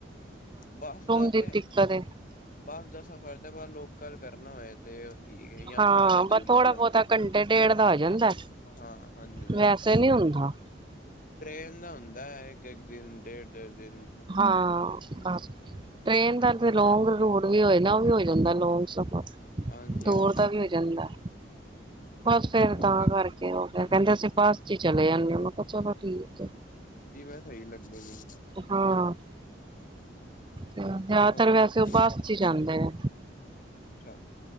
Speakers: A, on the left; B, on the right.
A: ਬਾੱਸ ਦਾ
B: ਦੀ
A: ਤੇ
B: ਦਿੱਕਤ ਏ
A: ਬਾੱਸ ਦਾ ਸਫ਼ਰ ਤੇ ਬਸ ਲੋਕਲ ਕਰਨਾ ਹੋਏ ਤੇ ਠੀਕ ਹੈ
B: ਹਾਂ
A: ਥੋੜਾ ਜਾ ਦੂਰ
B: ਬਸ ਥੋੜਾ
A: ਜਾਣਾ
B: ਬਹੁਤਾ
A: ਹੋਆ।
B: ਘੰਟੇ ਡੇਢ ਦਾ ਹੋ ਜਾਂਦਾ
A: ਹਾਂ ਹਾਂਜੀ- ਹਾਂਜੀ।
B: ਵੈਸੇ ਨੀ ਹੁੰਦਾ
A: ਟ੍ਰੇਨ ਦਾ ਹੁੰਦਾ ਇੱਕ- ਇੱਕ ਦਿਨ ਡੇਢ ਡੇਢ ਦਿਨ।
B: ਹਾਂ ਬਸ ਟ੍ਰੇਨ ਦਾ ਲੋਂਂਗ ਰੂਟ ਵੀ ਹੋਏ ਉਹ ਵੀ ਹੋ ਜਾਂਦਾ ਲੋਂਂਗ ਸਫ਼ਰ।
A: ਹਾਂਜੀ
B: ਦੂਰ
A: ਹਾਂਜੀ
B: ਦਾ ਵੀ ਹੋ ਜਾਂਦਾ ਬਸ ਫੇਰ
A: ਉਹ
B: ਤਾਂ
A: ਤੇ ਹੈ।
B: ਕਰਕੇ। ਉਹ ਕੈਂਦੇ ਅਸੀਂ ਬਸ ਚ ਚਲੇ ਜਾਂਦੇ ਹਾ ਮੈਂ ਕਿਹਾ ਚਲੋ ਠੀਕ ਹੈ।
A: ਡੀਵਾ ਸਹੀ ਲੱਗਦੀ ਹ ਸਹੀ ਲੱਗਿਆ ਮੈਨੂੰ।
B: ਹਾਂ, ਜਾਦਾਤਰ
A: ਹੋਰ
B: ਵੈਸੇ
A: ਦੱਸੋ?
B: ਓ ਬੱਸ ਚ ਈ ਜਾਂਦੇ ਨੇ।
A: ਅੱਛਾ,